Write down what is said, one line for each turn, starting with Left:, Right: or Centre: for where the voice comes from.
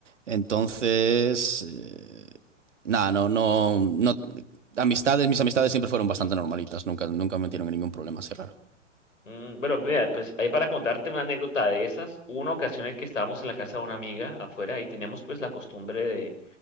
Right: Entonces, eh, nada, no, no, no. Amistades, mis amistades siempre fueron bastante normalitas, nunca, nunca me metieron en ningún problema así raro.
Left: Mm, bueno, mira, pues ahí para contarte una anécdota de esas, hubo una ocasión en que estábamos en la casa de una amiga afuera y teníamos pues la costumbre de,